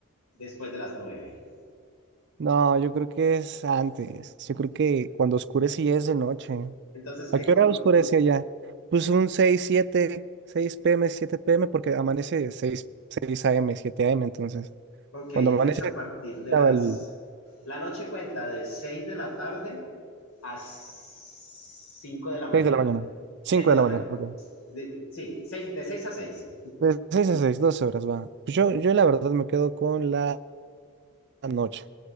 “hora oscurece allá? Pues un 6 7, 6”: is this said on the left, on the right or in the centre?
Right